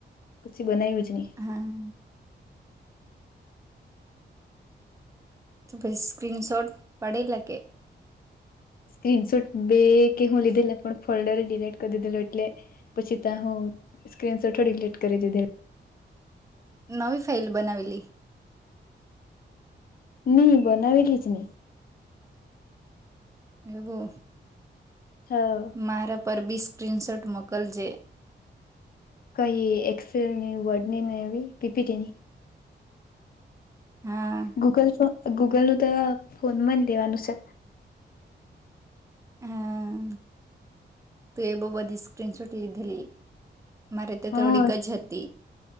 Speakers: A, on the left; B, on the right.
A: પછી બનાવ્યું જ ની
B: હા તો પછી સ્ક્રીન શોટ પાડેલા કે
A: સ્ક્રીન શોટ બે કે હું લીધેલા પણ ફોલ્ડર ડિલીટ કરી દીધેલું એટલે પછી ત્યાં હું સ્ક્રી સોટ થોડી દીલીટ કરી દીધેલાં
B: નવી ફાઇલ બનાવેલી
A: ની બનાવેલી જ નહી.
B: એવુ
A: હા
B: મારા પર બી સ્ક્રીનશોટ મોકલજે
A: કઈ એક્સેલ ની વર્ડની એવી પીપીટીની
B: હા
A: ગૂગલ ફોન ગૂગલનું તો ફોનમાં જ લેવાનું છે.
B: હમ તો એ બોવ બધી સ્ક્રીનશોટ લીધેલી. મારે તો
A: હા
B: થોડીક જ હતી.